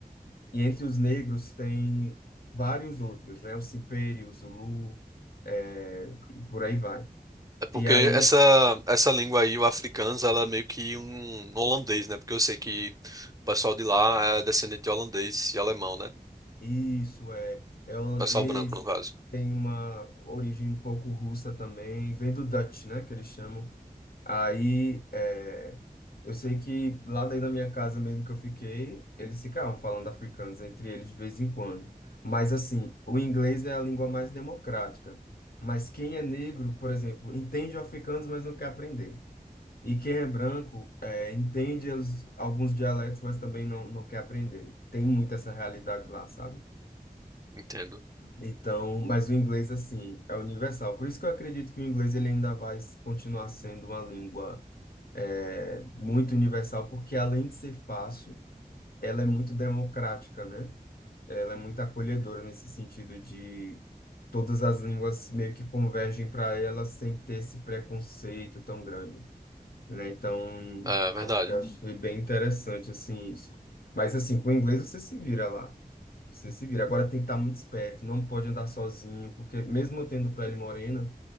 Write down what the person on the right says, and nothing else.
É porque
essa, essa língua aí, o afrikaans, ela é meio que um um holandês, né? Porque eu sei que o pessoal de lá é descendente de holandês e alemão, né?
O pessoal branco, no caso.
Entendo.
É verdade.